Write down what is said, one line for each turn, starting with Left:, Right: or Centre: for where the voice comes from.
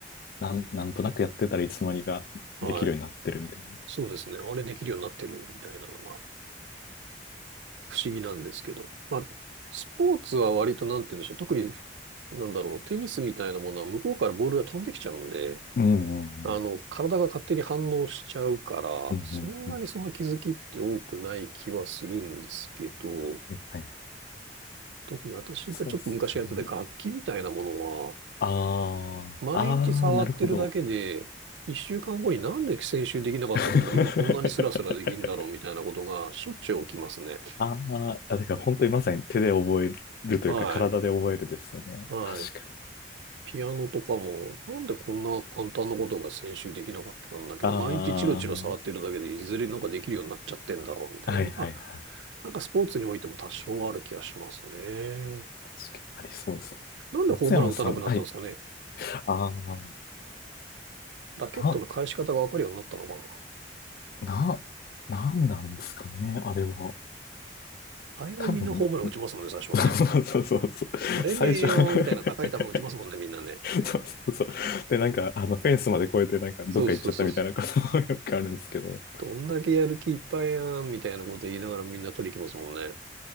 Left: う、なん、なんとなくやってたらいつの間にかできるようになってるみたいな。
Right: はい。そうですね。あれできるようになってるみたいなのが不思議なんですけど。まあ、スポーツは割となんて言うんでしょう。特に、なんだろう。テニスみたいなものは向こうからボールが飛んできちゃうんで、
Left: うんうん
Right: あの、体が勝手に反応しちゃうから、
Left: うん。うんうんうん。
Right: そんなにその気づきって多くない気はするんですけど、
Left: はいはい。
Right: 特に私がちょっと昔やってた楽器みたいなものは、
Left: そうですね。あ
Right: 毎日触ってるだけで、
Left: あ、ああ、なるほど。
Right: 一週間後になんで先週できなかったことが今こんなにスラスラできるんだろうみたいなことがしょっちゅう起きますね。
Left: <laughs> あーあ、だから本当にまさに手で覚えるというか体で覚えるですよね。
Right: はい。はい。
Left: 確か
Right: ピアノとかも、なんでこんな簡単なことが先週できなかったんだけど、
Left: ああ、
Right: 毎日チロチロ触ってるだけで、
Left: は
Right: いずれなんかできるようになっちゃってんだろう、みたいなのが、
Left: いはいはい。
Right: なんかスポーツにおいても多少ある気がしますね。
Left: 確かにありそうですね。
Right: なんでホームラン打たなくなったんですかね。
Left: 松山さん、はい。ああ、
Right: ラケットの返し方がわかるようになったのか
Left: な、な、なんなんですかね、あれは。
Right: な。大概みんなホームラン打ちますもんね、
Left: 多分、ん
Right: 最初はね。
Left: <laughs> そうそうそうそう。
Right: 折れねえよ、
Left: 最初 <laughs>
Right: みたいな高い球打ちますもんね、みんなね。
Left: そうそうそう。で、なんか、あの、フェンスまで越えて、なんか、どっか行っちゃったみたいなことも
Right: そうそうそうそう。
Left: <laughs> よくあるんですけど、
Right: どんだけやる気いっぱいやん、みたいなこと言いながらみんな取りに行きますもんね。